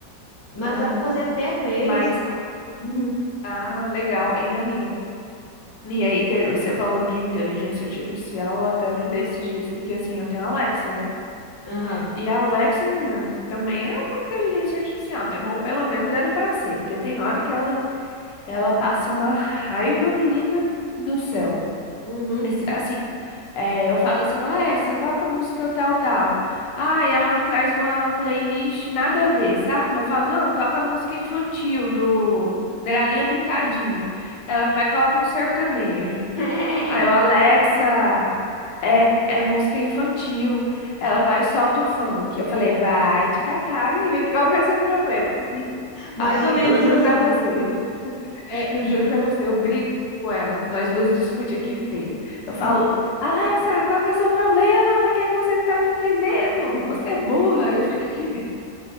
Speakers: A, on the left; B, on the left.
A: Mas
B: Aham.
A: dá para fazer até três,
B: Mas,
A: quatro. <laughs>
B: ah, legal, hein, amiga? E aí, te- você falando de inteligência artificial, eu até lembrei esses dias, porque assim, eu tenho a Alexa, né?
A: Aham.
B: E a Alexa, menina, também é uma inteligência artificial, né? Ou pelo menos era pra ser, porque tem hora que ela, ela passa uma raiva, menina do céu.
A: Uhum.
B: Mas, assim, é, eu falo assim, Alexa, toca música tal, tal. Ah, e ela me traz uma playlist nada a ver, sabe? Eu falo, não, toca música infantil do da Galinha Pintadinha. Ela vai e coloca um sertanejo.
A: <laughs>
B: Aí eu, Alexa, é, é música infantil. Ela vai e solta o funk. Eu falei, vai te catar, amiga, qual que é o seu problema? Menina,
A: Mais
B: Amiga,
A: ou menos
B: eu juro
A: assim.
B: pra você.
A: É,
B: Eu
A: e
B: juro
A: eu,
B: pra você, eu brigo com ela. Nós duas
A: eu-
B: discute aqui feio.
A: sim.
B: Eu falo, Alexa, qual que é o seu problema? Por que que você não tá me entendendo? Você é burra. Eu fico aqui.